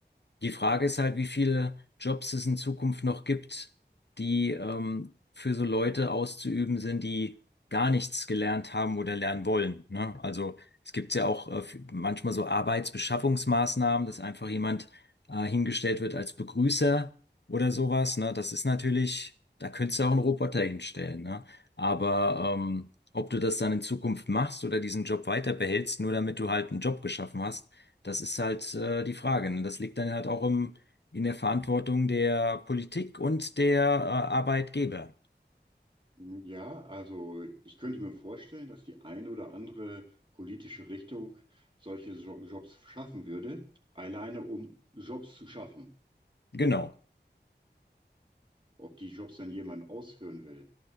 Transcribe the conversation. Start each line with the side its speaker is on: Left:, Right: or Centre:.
Left: Die Frage ist halt, wie viele Jobs es in Zukunft noch gibt, die ähm, für so Leute auszuüben sind, die gar nichts gelernt haben oder lernen wollen. Ne? Also es gibt ja auch äh, f- manchmal so Arbeitsbeschaffungsmaßnahmen, dass einfach jemand äh, hingestellt wird als Begrüßer oder sowas. Ne? Das ist natürlich, da könntest du auch einen Roboter hinstellen. Ne? Aber ähm, ob du das dann in Zukunft machst oder diesen Job weiter behältst, nur damit du halt einen Job geschaffen hast, das ist halt äh, die Frage. Ne? Das liegt dann halt auch im, in der Verantwortung der Politik und der äh, Arbeitgeber.
Right: Hm, Ja, also ich könnte mir vorstellen, dass die eine oder andere politische Richtung solche Jo- Jobs schaffen würde, alleine um Jobs zu schaffen.
Left: Genau,
Right: Ob die Jobs dann jemand ausführen will,